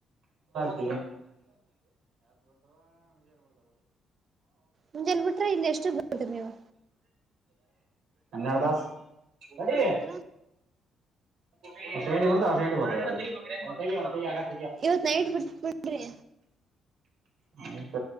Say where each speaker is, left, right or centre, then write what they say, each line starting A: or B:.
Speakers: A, on the right; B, on the right.
A: <unintelligible> <inaudible>
B: ಮುಂಜೆಲ್ ಬಿಟ್ರೆ ಇಲ್ಲಿ ಎಷ್ಟು ಬಿಡ್ತರಿ ನೀವು
A: ಹನೆರೆಡ್ತಾಸ್ ನಡಿ
B: ಅಂದ್ರ
A: <unintelligible> <unintelligible>
B: ಇವತ್ ನೈಟ್ ಬಿಟ್ ಬಿಿಡ್ರಿ.
A: ನೈಟ್